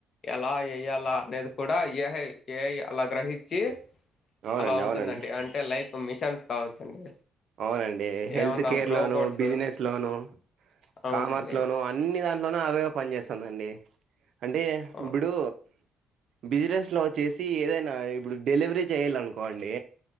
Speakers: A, on the left; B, on the right.
A: ఎలా ఏయాల అనేది కూడా ఏఐ ఏఐ అలా గ్రహించి
B: అవునండి
A: అలా ఉంటుందండి
B: అవునండి
A: అంటే లైక్ మిషన్స్ కావచ్చండి
B: అవునండి హెల్త్
A: ఏమన్నా
B: కేర్
A: రోబోట్స్
B: లోను బిజినెస్ లోను
A: అవునండి
B: కామర్స్ లోను అన్నీ దాని <unintelligible> పని చేస్తుందండి అంటే
A: అవును
B: ఇప్పుడు బిజినెస్ లో వచ్చేసి ఏదైనా ఇప్పుడు డెలివరీ చేయ్యాలి అనుకోండి.